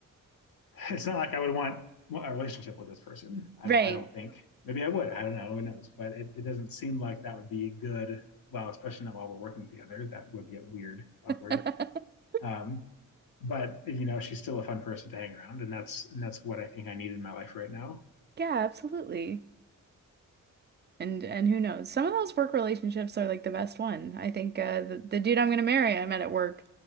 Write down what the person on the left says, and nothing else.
it's not like I would want a relationship with this person. I
don't. I don't think. Maybe I would. I don't know. Who knows? But it, it doesn't seem like that would be good. Well, especially not while we're working together. That would get weird, awkward.
Um, but you know, she's still a fun person to hang around, and that's and that's what I think I need in my life right now.